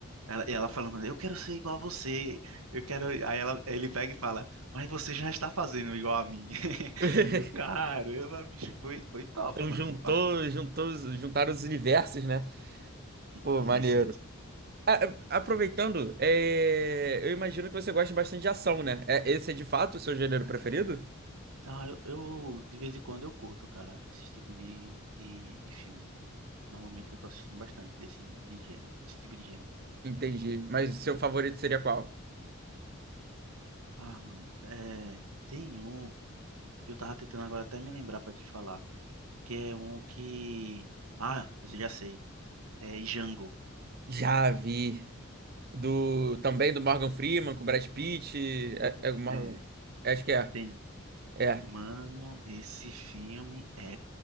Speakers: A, on the right; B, on the right.
A: Ela, e ela falando, eu quero ser igual a você, eu quero. Aí ela, ele pega e fala, mas você já está fazendo igual a mim. <laughs>
B: <laughs>
A: Eu, caramba, bicho, foi, foi top,
B: Então
A: mano.
B: juntou,
A: Eu acho
B: juntou, os- juntaram os universos, né?
A: que-
B: Pô, maneiro.
A: isso, isso.
B: A- a- Aproveitando, é, eu imagino que você gosta bastante de ação, né? É- Esse é de fato o seu gênero preferido?
A: Ah, eu, eu, de vez em quando eu curto, cara, esses tipos de, de, de filme. Normalmente eu tô assistindo bastante desse de gênero, esse tipo de gênero.
B: Entendi. Mas seu favorito seria qual?
A: Ah, mano, é, tem um que eu tava tentando agora até me lembrar pra te falar, que é um que Ah, mas eu já sei. É Django.
B: Já vi. Do também do Morgan Freeman com Brad Pitt. É, é o Morgan-
A: É,
B: acho que é.
A: tem.
B: É.
A: Mano, esse filme é